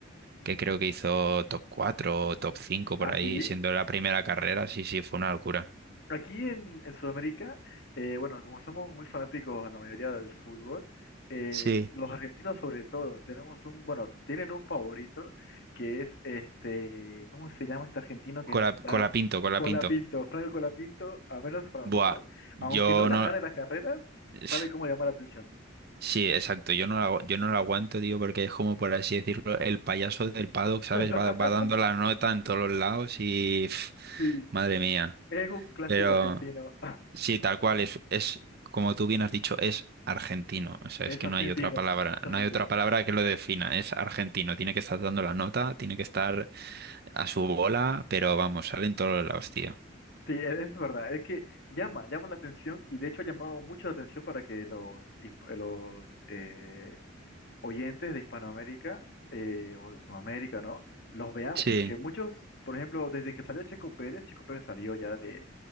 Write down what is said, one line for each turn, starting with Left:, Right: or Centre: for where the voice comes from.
Right: que creo que hizo top 4 o top 5
Left: ¿Ah,
Right: por ahí,
Left: sí?
Right: siendo la primera carrera, sí, sí, fue una locura.
Left: Aquí en, en Sudamérica, eh, bueno, como somos muy fanáticos a la mayoría del fútbol, eh,
Right: Sí,
Left: los argentinos sobre todo, tenemos un, bueno, tienen un favorito que es este, ¿cómo se llama este argentino que
Right: Cola,
Left: está
Right: cola pinto, cola
Left: Colapinto,
Right: pinto.
Left: Franco Colapinto, a menos para
Right: Buah,
Left: nosotros,
Right: yo
Left: aunque no las
Right: no.
Left: gane las carreras,
Right: <sighs>
Left: sabe cómo llamar la atención.
Right: Sí, exacto, yo no la, agu- yo no la aguanto, tío, porque es como, por así decirlo, el payaso del paddock, ¿sabes?
Left: <laughs>
Right: Va, va dando la nota en todos los lados y. <sighs>
Left: Sí,
Right: madre mía.
Left: es un clásico
Right: Pero.
Left: argentino,
Right: Sí, tal cual, es, es, como tú bien has dicho, es argentino.
Left: <laughs>
Right: O sea,
Left: es
Right: es que
Left: argentino,
Right: no hay otra palabra,
Left: es argentino.
Right: no hay otra palabra que lo defina. Es argentino. Tiene que estar dando la nota, tiene que estar a su bola, pero vamos, sale en todos los lados, tío.
Left: Sí, e- es verdad, es que llama, llama la atención y de hecho ha llamado mucho la atención para que los, hisp- los eh, oyentes de Hispanoamérica eh, o de Sudamérica, ¿no? Los veamos,
Right: Sí,
Left: porque muchos, por ejemplo, desde que salió Checo Pérez, Checo Pérez salió ya de,